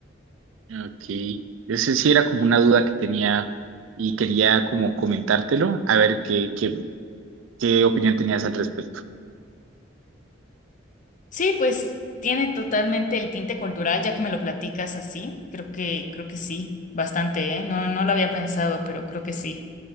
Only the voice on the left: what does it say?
Sí, pues tiene totalmente el tinte cultural, ya que me lo platicas así, creo que, creo que sí, bastante, ¿eh? No, no lo había pensado, pero creo que sí.